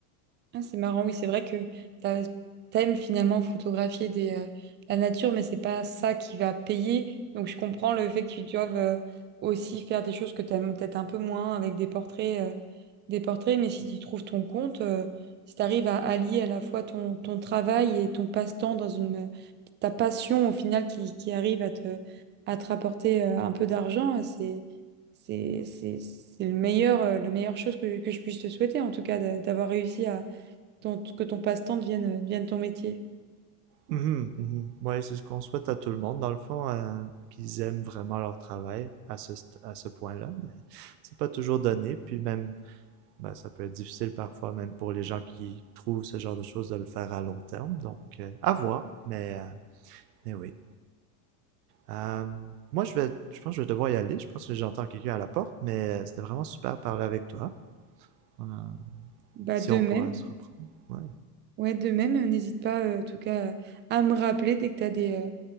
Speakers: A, on the right (about 25°); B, on the right (about 80°).
A: Ah, c'est marrant, oui, c'est vrai que t'as- t'aimes finalement photographier des, euh, la nature, mais c'est pas ça qui va payer. Donc je comprends le fait que tu doives euh, aussi faire des choses que t'aimes peut-être un peu moins avec des portraits, euh, des portraits, mais si tu trouves ton compte, euh, si tu arrives à allier à la fois ton, ton travail et ton passe-temps dans une ta passion au final qui, qui arrive à te, à te rapporter euh, un peu d'argent, euh, c'est c'est c'est c'est le meilleur, euh, la meilleure chose que, que je puisse te souhaiter, en tout cas, de- d'avoir réussi ton- que ton passe-temps devienne, euh, devienne ton métier.
B: Mhm, mhm. Ouais, c'est ce qu'on souhaite à tout le monde, dans le fond, euh, qu'ils aiment vraiment leur travail à ce, st- à ce point-là, mais c'est pas toujours donné, puis même, ben, ça peut être difficile parfois, même pour les gens qui trouvent ce genre de choses, de le faire à long terme, donc euh, à voir, mais, euh, mais oui. Euh, moi, je vais, je pense que je vais devoir y aller, je pense que j'entends quelqu'un à la porte, mais euh, c'était vraiment super de parler avec toi, Euh,
A: Bah,
B: si
A: de
B: on
A: même,
B: pourra se reprendre. Ouais.
A: ouais, de même, euh, n'hésite pas euh, en tout cas euh, à me rappeler dès que tu as des, euh,